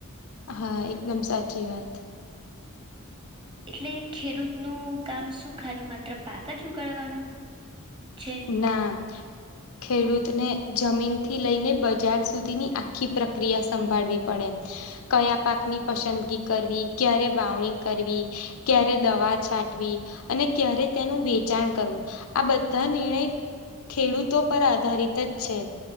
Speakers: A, on the left; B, on the right.
A: હા એકદમ સાચી વાત.
B: એટલે ખેડૂતનું કામ શું ખાલી માત્ર પાક જ ઉગાડવાનું. છે
A: ના ખેડૂતને જમીન થી લઈને બજાર સુધીની આખી પ્રક્રિયા સંભાળવી પડે. કયા પાકની પસંદગી કરવી ક્યારે વાવણી કરવી. ક્યારે દવા છાંટવી અને ક્યારે તેનું વેચાણ કરવું આ બધા બધા નિર્ણય ખેડૂતો પર આધારિત જ છે.